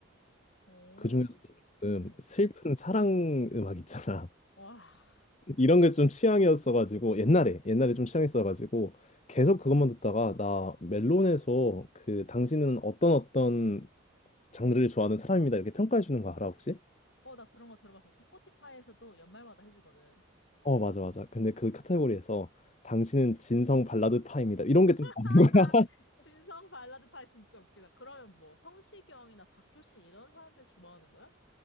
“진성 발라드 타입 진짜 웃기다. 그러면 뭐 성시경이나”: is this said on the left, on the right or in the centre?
Left